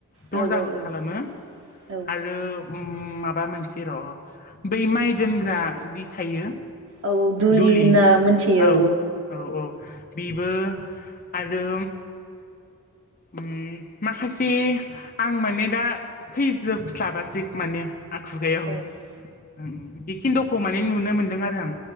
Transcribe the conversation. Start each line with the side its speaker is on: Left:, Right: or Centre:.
Left: दर्जाबो
Right: औ औ औ
Left: खालामो
Right: औ
Left: आरो उम माबा मोनसे र' बै माइ दोनग्रा दि थायो
Right: औ
Left: दुलि
Right: होनना मोनथियो
Left: औ औ औ। बेबो आरो उम माखासे आं माने दा फैजोबस्लाबासै माने आ खुगायाव
Right: औ। औ औ।
Left: उम बेखिनद'खौ माने नुनो मोन्दों आरो आं।